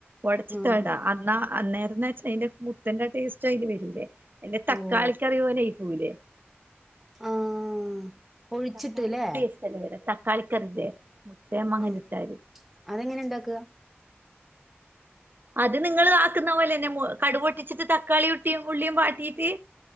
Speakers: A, on the right; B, in the centre.
A: ഒടച്ചിട്ടാടാ
B: ആഹ്
A: അന്നാ അന്നേരംന്ന്ച്ച് അതിന്റെ മുട്ടന്റെ ടേസ്റ്റ് അതിന് വരൂലേ എന്റെ തക്കാളിക്കറി
B: ഓഹ്
A: പോലായി പോവൂലേ
B: ആഹ് ഒഴിച്ചിട്ട്ല്ലേ
A: തക്കാളിൻ്റെ ടേസ്റ്റ് അല്ലേ വരുക തക്കാളി കറിൻ്റെ മുട്ടേ മങ്ങനെ
B: ആഹ്
A: ഇട്ടാതി
B: അതെങ്ങനെ ഉണ്ടാക്കുക
A: അത് നിങ്ങള് ആക്കുന്ന പോലെതന്നെ കടുക് പൊട്ടിച്ചിട്ട് തക്കാളി ഉട്ടിയും ഉള്ളിയും വാട്ടീട്ട്